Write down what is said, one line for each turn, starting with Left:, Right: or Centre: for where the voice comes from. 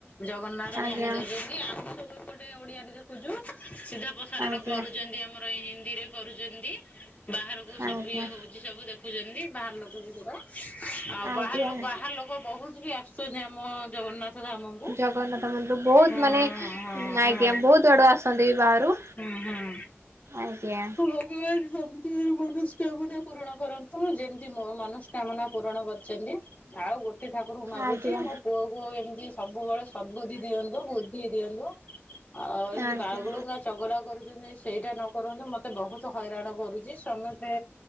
Left: ଜଗନ୍ନାଥ
Right: ଆଜ୍ଞା
Left: ଧାମ ଦ ଆମେ ସବୁ ଏପଟେ ଓଡିଆରେ ଦେଖୁଛୁ ସିଧା ପ୍ରସାରଣ
Right: ଆଜ୍ଞା
Left: କରୁଛନ୍ତି, ଆମର ଏଇ ହିନ୍ଦୀରେ। କରୁଛନ୍ତି। ବାହାରକୁ ସବୁ
Right: ଆଜ୍ଞା
Left: ଇଏ ହଉଛି, ସବୁ ଦେଖୁଛନ୍ତି ବାହାର ଲୋକ ବି ପୁରା, ଆଉ
Right: ଆଜ୍ଞା
Left: ବାହାର ଲୋ ବାହାର ଲୋ କ ବହୁତ ବି ଆସୁଛନ୍ତି, ଆମ ଜଗନ୍ନାଥ ଧାମକୁ।
Right: ଜଗନ୍ନାଥ ମନ୍ଦିର ବହୁତ
Left: ହଁ
Right: ମାନେ
Left: ହଁ
Right: ଆଜ୍ଞା
Left: ହଁ
Right: ବହୁତ ଆଡ଼ୁ ଆସନ୍ତି ବି ବାହାରୁ,
Left: ହୁଁ ହୁଁ
Right: ଆଜ୍ଞା।
Left: ଭଗବାନ ସେମିତି ମନସ୍କାମନା ପୂରଣ କରନ୍ତୁ, ଯେମିତି ମୋ ମନସ୍ କାମନା ପୂରଣ କରିଛନ୍ତି। ଆଉ ଗୋଟେ ଠାକୁରଙ୍କୁ ମାଗୁଛି,
Right: ଆଜ୍ଞା
Left: ମୋ ପୁଅକୁ ଏମିତି ସବୁବେଳେ ସଦ୍ ବୁଦ୍ଧି ଦିଅ ବୁଦ୍ଧି ଦିଅନ୍ତୁ, ଆଉ ଏମିତି
Right: ଆଜ୍ଞା।
Left: ବାଳୁ ଚଗଲା କରୁଛନ୍ତି ସେଇଟା ନ କରନ୍ତୁ, ମତେ ବହୁତ ହଇରାଣ କରୁଛି, ସମସ୍ତେ